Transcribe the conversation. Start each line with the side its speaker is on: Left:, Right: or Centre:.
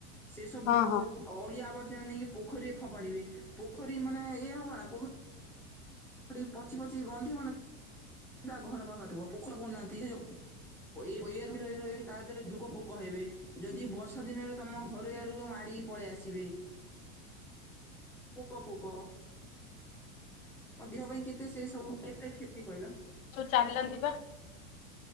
Centre: ସେ ସବୁ
Left: ହଁ ହଁ।
Centre: ଅଳିଆ ଆବର୍ଜନ ନେଇକି ପୋଖରୀରେ ଫୋପାଡିବେ ପୋଖରୀ ମାନେ ଇଏ ହବ ନା ପୋ ପୋଖରୀ ପଚି ପଚି ଗନ୍ଧିବ ନାଇ। ତା ଘର ପାଖ ଥିବ ପୋଖର କୁ ନାହାନ୍ତି ଆଉ ଓଏ ଓଏ ରେ <unintelligible> ତା ଦେହରେ ଯୁଗକୁ କହିବି। ଯଦି ବର୍ଷା ଦିନରେ ତମ ଘରେ ଆଡକୁ ମାଡିକି ପଳେଇ ଆସିବେ। ପୋକ ଫୋକ ତା ଦେହ ପାଇଁ କେତେ ସେ ସବୁ କେତେ କ୍ଷତି କହିଲ?
Left: ପାଲର୍ ଯିବା?